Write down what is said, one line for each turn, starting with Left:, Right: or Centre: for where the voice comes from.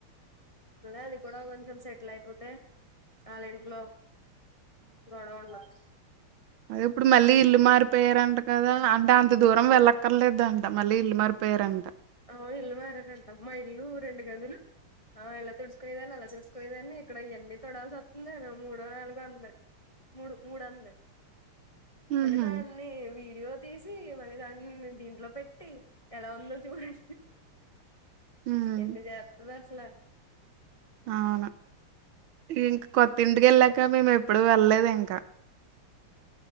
Left: అది కూడా కొంచెం సెటిల్ అయిపోతే వాళ్ళ ఇంట్లో గొడవ ఉండదు
Right: అదే ఇప్పుడు మళ్ళీ ఇల్లు మారిపోయారంట కదా అంటే అంత దూరం వెళ్ళ అక్కర్లేదంట మళ్ళీ ఇల్లు మారిపోయారంట
Left: ఆ ఇల్లు మారారంట మా ఇల్లు రెండు గదులు ఆ ఇలా తుడుచుకునేదాన్ని అలా తుడుసుకునేదాన్ని ఇక్కడ ఎన్ని తొడాల్సి వస్తుంద మూడో నాలుగో అంద మూడు మూడు అంద
Right: ఉహు
Left: మళ్రి దాన్ని వీడియో తీసి మళ్ దాన్ని దీంట్లో పెట్టి ఎలా ఉందో చూడం
Right: ఉమ్
Left: ఎన్ని చేత్త లా
Right: అవునా ఇంకా కొతింటికి వెళ్ళాక మేము ఎప్పుడు వెళ్లేదు ఇంకా